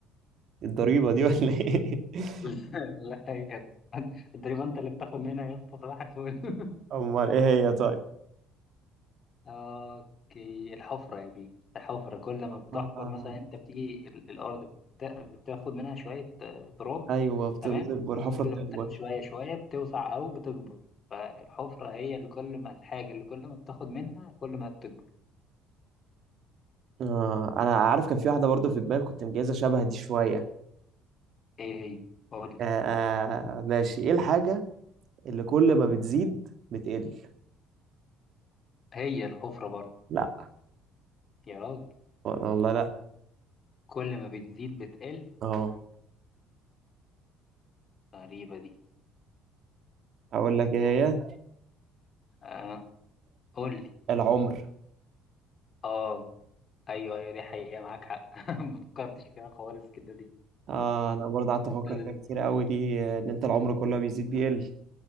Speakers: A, on the right (about 50°); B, on the left (about 40°).
A: الضريبه دي ولا ايه <laughs>
B: <laughs> لا يا اسطى. تقريبا انت اللي بتاخد منها يا اسطى صباح الفل <laughs>
A: امال ايه هي طيب
B: اوكي الحفره يا بيه الحفره كل ما بتحفر
A: آه.
B: مثلا انت بتيجي ال- الارض بتا- بتاخد منها شويه آه، تراب
A: ايوه بت-
B: تمام
A: بتكبر حفرة
B: كل
A: بتكبر
B: ما بتاخد شويه شويه بتوسع او بتكبر فالحفره هي اللي كل ما الحاجه اللي كل ما بتاخد منها كل ما بتكبر
A: آه. انا عارف كان في واحدة برضو في دماغي كنت مجهزة شبه دي شوية
B: ايه هي قول لي
A: آه. آه، ماشي ايه الحاجة اللي كل ما بتزيد بتقل
B: هي الحفرة برضه
A: لا
B: يا راجل
A: والله لا
B: كل ما بتزيد بتقل
A: اه
B: غريبة دي
A: اقول لك ايه هي
B: آه قول لي
A: العمر
B: اه ايوه ايوه دي حقيقة معاك حق <laughs> ما فكرتش فيها خالص كده دي
A: آه. انا برضه قعدت
B: ابتدى-
A: افكر فيها كتير قوي دي آه، ان انت العمر كله بيزيد بيقل